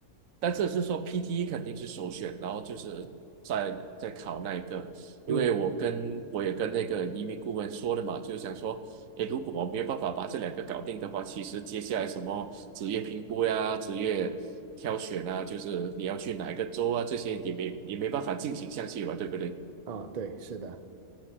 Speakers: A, on the right; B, on the right.
A: 但这是说 PTE 肯定是首选，然后就是在在考那一个，因为我跟我也跟那个移民顾问说了嘛，
B: 嗯
A: 就是想说，诶，如果我没有办法把这两个搞定的话，其实接下来什么职业评估呀、职业挑选啊，就是你要去哪一个州啊，这些也没也没办法进行下去吧，对不对？
B: 啊，对，是的，